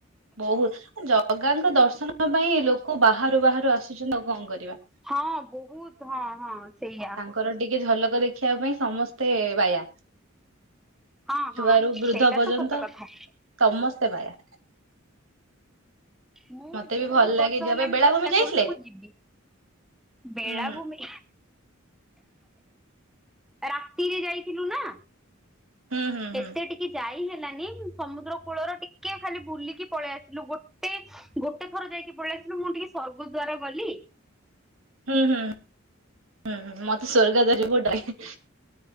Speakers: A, on the right; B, in the centre.
A: ବୋହୁତ୍ ଆଁ ଜଗାଙ୍କ ଦର୍ଶନ ପାଇଁ ଲୋକ ବାହାରୁ ବାହାରୁ ଆସୁଛନ୍ତି ଆଉ କଣ କରିବା?
B: ହଁ ବୋହୁତ୍ ହଁ ହଁ ସେଇୟା।
A: ତୋରଟିକେ ଝଲକ୍ ଦେ ଦେଖିବାପାଇଁ ସମସ୍ତେ ବାୟା।
B: ହଁ ହଁ
A: ଛୁଆରୁ ବୃଦ୍ଧ
B: ସେଇଟା
A: ପର୍ଯ୍ୟନ୍ତ
B: ତ ସତ କଥା।
A: ସମସ୍ତେ ବାୟା।
B: ମୁବହୁତ୍
A: ମତେ ବି ଭଲ
B: ବର୍ଷ
A: ଲାଗେ ଯିବା
B: ହେଲାଣି
A: ପାଇଁ ବେଳାଭୂମି
B: ଚେଷ୍ଟା
A: ଯାଇଥିଲେ?
B: କରୁଚି ମୁଯିବି। ବେଳାଭୂମି
A: ହୁଁ
B: ରାତିରେ ଯାଇଥିଲୁନା
A: ହୁଁ ହୁଁ ହୁଁ
B: ଏତେ ଟିକେ ଯାଇ ହେଲାନି ସମୁଦ୍ର କୂଳର ଟିକେ ଖାଲି ବୁଲିକି ପଳେଇ ଆସିଲୁ ଗୋଟେ ଗୋଟେ ଥର ଯାଇକି ପଳେଇ ଆସିଲୁ ମୁଁ ଟିକେ ସ୍ଵର୍ଗଦ୍ଵାର ଗଲି।
A: ହୁଁ ହୁଁ ହୁଁ ମତେ ସ୍ଵର୍ଗଦ୍ଵାର ଯିବାକୁ ଡର ଲାଗେ।